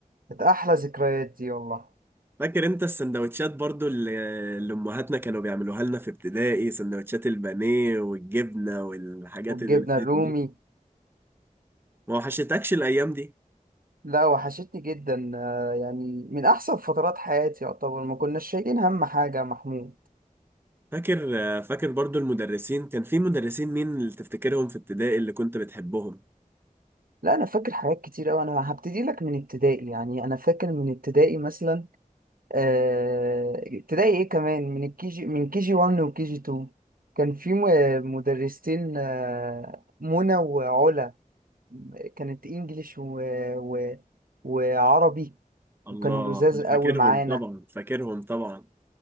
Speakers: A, on the right; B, on the right.
A: كانت أحلى ذكريات دي والله
B: فاكر انت السندوتشات برضو اللي, اللي امهاتنا كانوا بيعملوها لنا في ابتدائي سندوتشات البانيه والجبنة والحاجات
A: والجبنة
B: اللذيذة
A: الرومي
B: دي ما وحشتكش الايام دي؟
A: لا وحشتني جدا آه، يعني من أحسن فترات حياتي يعتبر ما كناش شايلين هم حاجة يا محمود
B: فاكر آه، فاكر برضو المدرسين كان في مدرسين مين اللي تفتكرهم في ابتدائي اللي كنت بتحبهم؟
A: لا أنا فاكر حاجات كتير أوي أنا هبتدي لك من ابتدائي يعني أنا فاكر من ابتدائي مثلا آه، ابتدائي إيه كمان من الكيجي من كيجي 1 وكيجي 2 كان في م- مدرستين آه، منى وعلا كانت انجليش و... و... وعربي
B: الله
A: وكانوا لزاز
B: انا
A: قوي
B: فاكرهم
A: معانا
B: طبعا فاكرهم طبعا